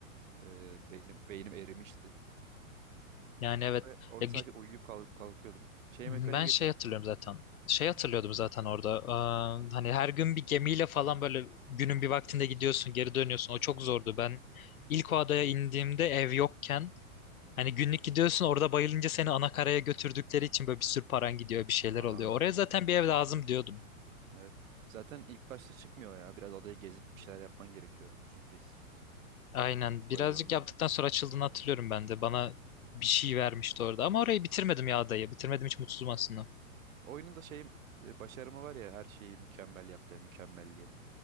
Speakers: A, on the right; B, on the left.
A: e, beynim, beynim erimişti.
B: Yani evet.
A: Oraya, orada
B: Ya, gü-
A: sadece uyuyup kalk- kalkıyordum. Şey
B: Ben
A: mekaniği getirmişler.
B: şey hatırlıyorum zaten. Şey hatırlıyordum zaten orada. Eee, hani her gün bir gemiyle falan böyle günün bir vaktinde gidiyorsun, geri dönüyorsun. O çok zordu. Ben ilk o adaya indiğimde ev yokken hani günlük gidiyorsun orada bayılınca seni ana karaya götürdükleri için böyle bir sürü paran gidiyor, bir şeyler
A: Aa,
B: oluyor. Oraya zaten bir ev lazım
A: evet,
B: diyordum.
A: evet. Zaten ilk başta çıkmıyor ya. Biraz adayı gezip bir şeyler yapman gerekiyor. Sürpriz.
B: Aynen.
A: Spoiler
B: Birazcık
A: olmasın.
B: yaptıktan
A: diye.
B: sonra açıldığını hatırlıyorum ben de. Bana bir şey vermişti orada. Ama orayı bitirmedim ya adayı. Bitirmedim hiç mutsuzum aslında.
A: Oyunun da şey e, başarımı var ya her şeyi mükemmel yaptı. Mükemmelliyet.